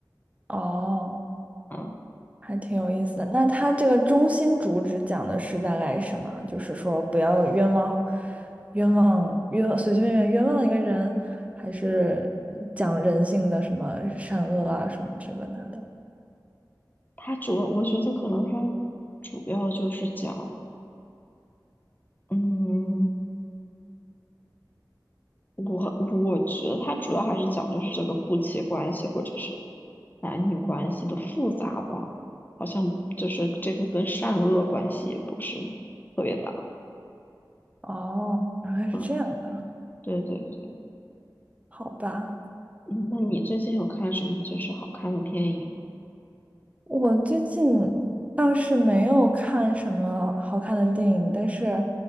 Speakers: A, on the right; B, on the left.
A: 哦，
B: 嗯。
A: 还挺有意思的。那它这个中心主旨讲的是大概什么？就是说不要冤枉，冤枉冤枉随随便便冤枉一个人，还是讲人性的什么善恶啊什么这个那的？
B: 它主要，我觉得可能它主要就是讲，嗯，我我觉得它主要还是讲就是这个夫妻关系或者是男女关系的复杂吧，好像就是这个跟善恶关系也不是特别大。
A: 哦，原来是这样的，
B: 嗯，对对对，
A: 好吧。
B: 嗯，那你最近有看什么就是好看的电影吗？
A: 我最近倒是没有看什么好看的电影，但是，